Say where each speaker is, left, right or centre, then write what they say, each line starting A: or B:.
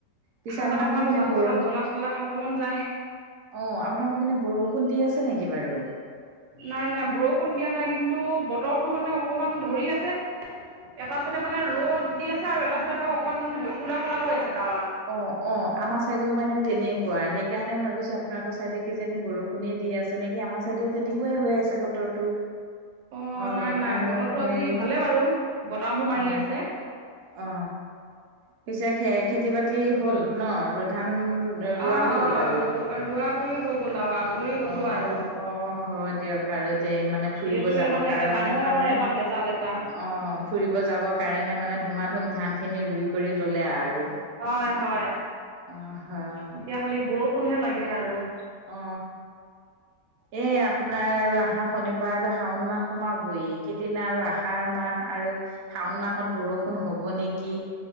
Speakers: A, on the right (about 65°); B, on the right (about 85°).
A: পিছে
B: ঠাণ্ডাত
A: আপোনালোকৰ
B: অকনমান
A: পিনে
B: জাল
A: বৰ
B: চাল জ্বলা চলা খাব মন যায়
A: অঁ আপোনাৰ ঘৰপিনে বৰষুণ দি আছে নেকি বাৰু
B: নাই নাই বৰষুণ দিয়া নাই কিন্তু বতৰটো মানে অকমান ধৰি আছে এটা চাইডে মানে ৰ'দ দি আছে আৰু এটা চাইডে ধৰক অকণমান কোলা কোলা হৈ আছে ডাৱাৰ
A: অ অ আমাৰ চাইদেও মানে তেনে কোৱা সেইকাৰণে ভাবিছোঁ আপোনালোকৰ ছাইদে কিজানী বৰষুণে দি আছে নেকি আমাৰ ছাইডেও তেনেকুৱাই হৈ আছে বতৰ তু
B: অ'
A: অলপ
B: নাই নাই
A: মানে
B: বতৰটো
A: হেৰি
B: আজি ভালে বাৰু বতাহো মাৰি
A: অ
B: আছে
A: অ পিছে খে খেতি বাতি হ'ল ন আৰু ধান ৰোৱা
B: অ
A: হৈ
B: অ
A: গ'ল আৰু
B: ৰো ৰোৱা কৰি হৈ গ'ল আউ আজৰি হলো
A: অ
B: আৰু
A: অ হয় দিয়ক আৰু তে মানে ফুৰিব
B: এইটোৱে
A: যাব
B: মানে
A: কাৰণে
B: একে ডাঙৰ
A: মানে
B: এটা ভেজাল এটা
A: অ ফুৰিব যাবৰ কাৰণে মানে ধুমা ধুম ধান খিনি ৰুই কৰি ললে আৰু
B: হয় হয়।
A: অ হয়
B: এতিয়া খালি বৰষুণহে লাগে আৰু
A: অ
B: <inaudible>
A: এই আপোনাৰ আৰু আহা শনিবাৰলৈ শাওণৰ মাহ সোমাবহি এইকেইদিন আৰু আহাৰ মাহ আৰু শাওণ মাহত বৰষুণ হ'ব নেকি?